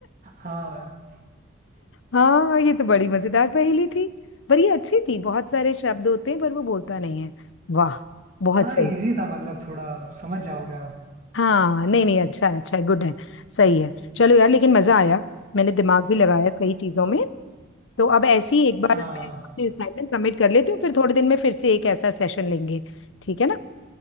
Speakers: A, on the right; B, on the left.
A: हाँ
B: हाँ ये तो बड़ी मजेदार पहेली थी पर ये अच्छी थी बहुत सारे शब्द होते हैं पर वो बोलता नहीं है वाह बहुत
A: हाँ
B: सही
A: इजी था मतलब थोड़ा समझ जाओगे आप
B: हाँ नहीं नहीं अच्छा है अच्छा है गुड है सही है चलो यार लेकिन मजा आया मैंने दिमाग भी लगाया कई चीजों में तो अब ऐसी एक बार
A: हाँ
B: मैं अपने असाइनमेंट सबमिट कर लेती हूँ फिर थोड़े दिन में फिर से एक ऐसा सेशन लेंगे ठीक है ना